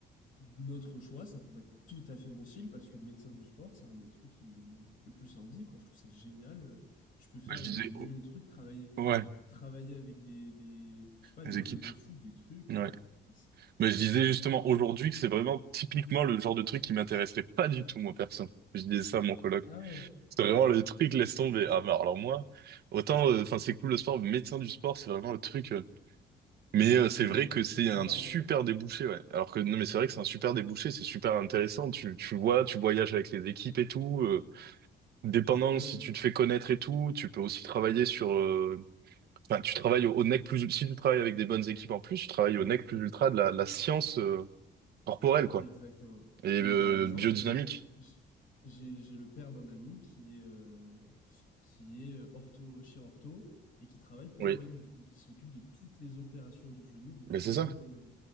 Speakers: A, on the left; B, on the right.
A: notre choix, ça pourrait être tout à fait mon style, parce que médecin du sport, c'est un des trucs qui me donne le plus envie, quoi. Je trouve ça génial. euh, Je peux faire
B: Bah, je disais,
A: mais, des millions
B: oh,
A: de trucs, travailler,
B: ouais,
A: travailler avec des, des, je sais pas,
B: les
A: des
B: équipes.
A: clubs de foot, des trucs.
B: Ouais.
A: euh, Enfin, c'est,
B: Mais je
A: c'est,
B: disais justement
A: c'est incroyable.
B: aujourd'hui que c'est vraiment typiquement le genre de truc qui m'intéresserait pas du tout, moi, perso. Je disais ça à mon coloc.
A: Ah ouais,
B: C'est vraiment le truc, laisse tomber. Ah, bah, alors moi, autant, euh, enfin, c'est cool le sport, mais médecin du sport, c'est vraiment le truc. euh. Mais euh, c'est
A: Ah,
B: vrai
A: ben voilà,
B: que
A: c'est
B: c'est
A: c'est
B: un
A: marrant.
B: super débouché, ouais. Alors que, non, mais c'est vrai que c'est un super débouché, c'est super intéressant. Tu, tu vois, tu voyages avec les équipes et tout. euh, Dépendant
A: Ah
B: si
A: oui.
B: tu te fais connaître et tout, tu peux aussi travailler sur. euh, Enfin, tu travailles au, au nec plus. Si tu travailles avec des bonnes équipes en plus, tu travailles au nec plus ultra de la, la science euh, corporelle, quoi.
A: Exactement.
B: Et
A: Et
B: euh,
A: par exemple,
B: biodynamique.
A: euh, j- j'ai j'ai le père d'un ami qui est, euh, qui est euh, ortho, chirurgien et qui travaille pour
B: Oui.
A: l'OM, du coup, qui s'occupe de toutes les opérations du genou de tous
B: Mais c'est
A: les joueurs
B: ça.
A: de l'OM.